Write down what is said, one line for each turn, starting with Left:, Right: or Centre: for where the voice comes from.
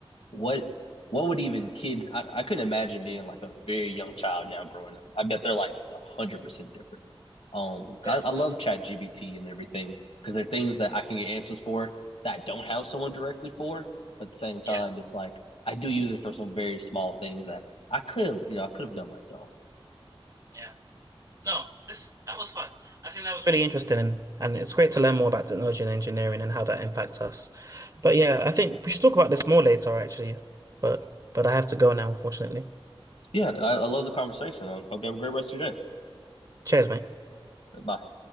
Left: what what would even kids I, I couldn't imagine being like a very young child now growing up. I bet their life is a hundred percent different. Um
Right: definitely.
Left: I, I love ChatGPT and everything because there are things that I can get answers for that I don't have someone directly for, but at the same time
Right: Yeah,
Left: it's like I do use it for some very small things that I could have, you know, I could have done myself.
Right: yeah. No, this that was fun. I think that was really interesting and, and it's great to learn more about technology and engineering and how that impacts us. But yeah, I think we should talk about this more later actually. But but I have to go now, unfortunately.
Left: Yeah, I, I love the conversation. I hope you have a great rest of your day.
Right: Cheers, mate.
Left: Bye.